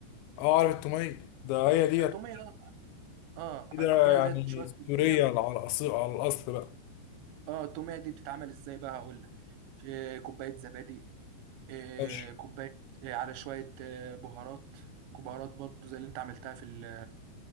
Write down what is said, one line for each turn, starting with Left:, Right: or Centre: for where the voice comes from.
Left: اه عارف التوميه ده هي ديت
Right: التوميه اه اه
Left: كده
Right: هتجهز
Left: يعني
Right: شويه توميه
Left: سوريه على الأصيل على الاصل بقى
Right: اه التوميه دي بتتعمل ازاي بقى هقول لك إيه، كوبايه زبادي إيه،
Left: ماشي
Right: كوبايه إيه، على شويه آه، بهارات بهارات برضه زي اللي انت عملتها في ال-